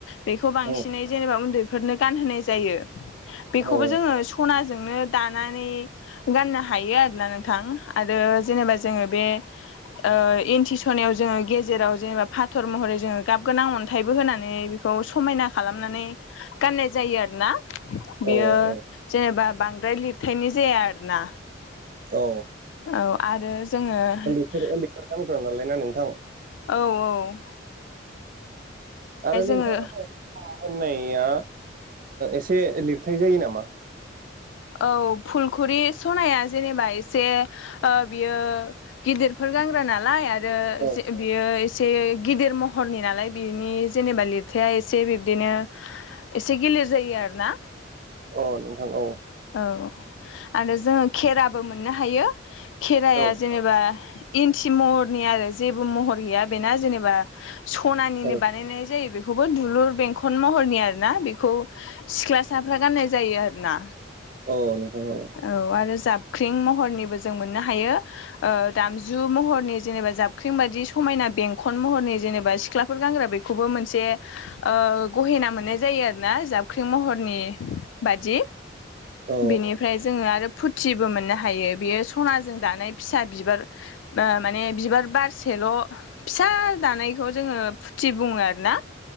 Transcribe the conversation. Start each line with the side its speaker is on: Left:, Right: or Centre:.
Left: बेखौ बांसिनै
Right: उम
Left: जेनबा उन्दैफोरनो गानहोनाय जायो बेखौबो
Right: औ
Left: जोङो सनाजोंनो दानानै गाननो हायो आरोना नोंथां आरो जेनेबा जोङो बे ओ इन्थि स'नायाव जोङो गेजेराव जेनेबा फाथर महरै जोङो गाब गोनां अन्थाइबो होनानै बेखौ समायना खालामनानै गाननाय जायो आरो ना। बियो
Right: औ औ
Left: जेनेबा बांद्राय लिरथायनि जाया आरोना।
Right: औ
Left: औ आरो जोङो औ
Right: उन्दैफोर उन्दैफोर गानग्रा नालाय ना नोंथां।
Left: औ औ
Right: आरो नोंथाङा
Left: जोङो
Right: <unintelligible> होननाया एसे लिरथाय जायो नामा?
Left: औ फुलखुरि सनाया जेनबा एसे बियो गिदिरफोर गानग्रा नालाय <inaudible>
Right: औ
Left: बियो एसे गिदिर महरनि नालाय बिनि जेनबा लिरथाया एसे बिब्दिनो एसे गिलिर जायो आरो ना।
Right: अ नोंथां औ।
Left: औ आरो जोङो खेराबो मोननो हायो खेराया
Right: औ
Left: जेनबा बा इन्थि महरनि आरो जेबो महर गैया बेना जेनबा सनानिनो
Right: औ
Left: बानायनाय जायो बेखौ। बेखौबो दुलुर बेंखन महरनि आरोना बेखौ सिख्लासाफ्रा गाननाय जायो आरोना
Right: अ नोंथां औ।
Left: औ आरो जाबख्रिं महरनिबो जों मोननो हायो ओ दामजु दामजु महरनि जेनेबा जाबख्रिं बादि समायना बेंखन महरनि जेनेबा सिख्लाफोर गानग्रा बेखौबो मोनसे ओ गहेना मोननाय जायोना आरोना जाबख्रिं महरनि बादि।
Right: औ
Left: बेनिफ्राय जोङो आरो फुथिबो मोननो हायो बेयो सनाजों दानाय फिसा बिबार माने बिबार बारसेल' फिसा दानायखौ जोङो फुथि बुङो आरो ना।